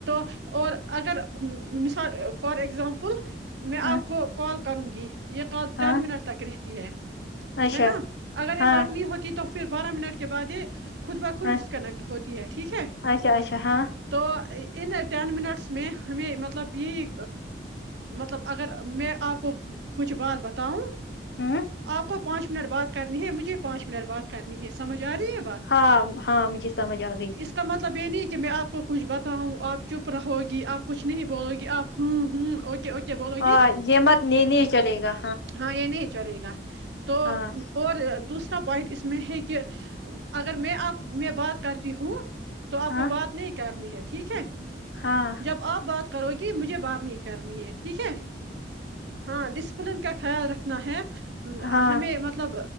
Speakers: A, on the right; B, on the left.
A: اور اگر مثال فار اگزامپل میں آپ
B: ہاں
A: کو کال کرن گی یہ کال ٹن
B: ہاں
A: منٹ تک رہےت تی ہے
B: اچھا
A: ہے نا اگر اکاٹنی
B: ہاں
A: ہوتی تو پھر بارہ منٹ کے بعد یہ خود بخود
B: ہاں
A: ڈسکنیکٹ ہوتی ہے ٹھیک ہے
B: اچھا اچھا ہاں
A: تو ان ٹین منٹس میں ہمیں مطلب یہی مطلب اگر میں آپ کو کچھ بات بتاؤں
B: ہوں
A: آپ کو پانچ منٹ بات کرنی ہے مجھے پانچ منٹ بات کرنی ہے سمجھ جا رہی ہے بات
B: ہاں ہاں مجھے سمجھ آ گئی
A: اس کا مطلب یہ نہیں کہ آ میں آپ کچھ بتاؤوں آپ کیا چپ رہو گی آپ کچھ نہیں بولو گی آپ ہوں ہوں اوے اکے بولو
B: ہاں
A: گی
B: یہ مت نہیں نہیں چلے گا
A: ہاں یہ نہیں چلے گا تو
B: ہاں
A: اور دوسرے پوائنٹ اس میں ہے کہ اگر میں آپ میں بات کرتی ہوں تو آپ
B: ہاں
A: کو بہات کرنی ہے ٹھیک ہے
B: ہاں
A: جب آپ بات کرو گی مجھے بات نہیں کرنی ہے تھی ٹھیک ہے ہاں ڈسپ فلن کا خیال رکھنا ہے ا
B: ہاں
A: ہمیں مطلب